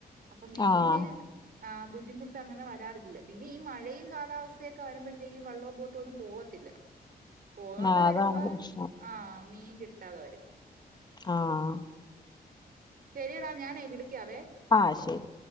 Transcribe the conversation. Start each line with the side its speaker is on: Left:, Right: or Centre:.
Right: അപ്പൊ മീന്
Left: ആഹ്
Right: ആ് ബുദ്ധിമുട്ട്ങ്ങെനെ വരാറില്ല പിന്നെ ഈ മഴയും കാലാവസ്ഥയൊക്കെ വരുമ്പഴത്തേക്കും വള്ളവും ബോട്ടോ ഒന്നും പോകത്തില്ല പോവാതെ
Left: ആഹ്
Right: വരുമ്പോ
Left: അതാണ് പ്രശ്നം
Right: ആഹ് മീൻ കിട്ടാതെ വരും
Left: ആഹ്
Right: ശെരിടാ ഞാനേ വിളിക്കാവേ
Left: ആഹ് ശെരി